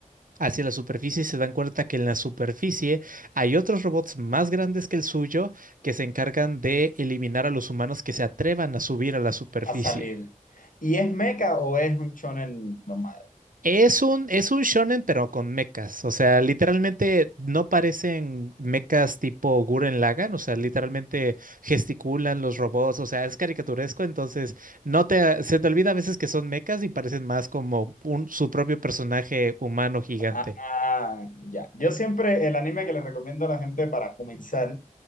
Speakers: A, on the right; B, on the left.
A: hacia la superficie y se dan cuenta que en la superficie hay otros robots más grandes que el suyo que se encargan de eliminar a los humanos que se atrevan a subir a la superficie.
B: A salir. ¿Y es mecha o es un shonen normal?
A: Es un, es un shonen, pero con mechas. O sea, literalmente no parecen mechas tipo Guren Lagann. O sea, literalmente gesticulan los robots. O sea, es caricaturesco. Entonces, no te, se te olvida a veces que son mechas y parecen más como un, su propio personaje humano gigante.
B: Ah, ya. Yo siempre el anime que les recomiendo a la gente para comenzar